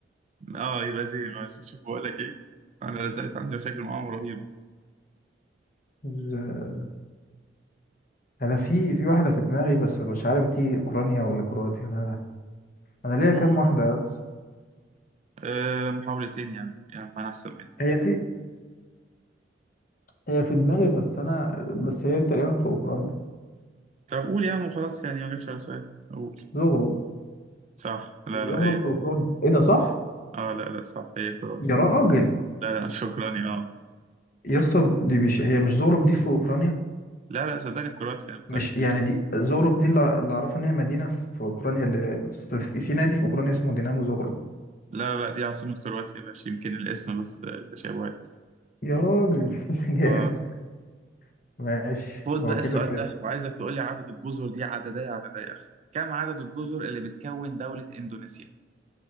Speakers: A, on the right; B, on the left.
A: اه يبقى زين معلش. شوف بقول لك ايه انا لا زالت عندي مشاكل معاهم رهيبة
B: ز- انا في في واحده في دماغي بس مش عارف دي اوكرانيا ولا كرواتيا انا انا ليا
A: قول
B: كام واحده بس
A: آه محاولتين يعني يعني ما انا احسن منك
B: هي في هي في دماغي بس انا بس هي تقريبا في اوكرانيا
A: طب قول يا عم وخلاص يعني ما جاتش على سؤال قول
B: زغرب
A: صح لا لا
B: زغرب
A: اي
B: في اوكرانيا ايه ده صح
A: اه لا لا صح هي كرواتيا
B: يا راجل
A: لا لا <laughs> شكرا يا اه
B: يا اسطى دي مش هي مش زغرب دي في اوكرانيا
A: لا لا صدقني في كرواتيا انا متأكد
B: مش يعني
A: من الموضوع
B: دي زغرب دي اللي اللي اعرفه ان هي مدينه في اوكرانيا اللي أصل في في نادي في اوكرانيا اسمه دينامو زغرب
A: لا لا لا دي عاصمة كرواتيا يا باشا يمكن الاسم بس آه، تشابهات
B: يا راجل <laughs> جامد
A: اه
B: ماشي
A: خد
B: هو
A: بقى
B: كده
A: السؤال
B: كده
A: ده وعايزك تقول لي عدد الجزر دي عددية عددية كم عدد الجزر اللي بتكون دولة إندونيسيا؟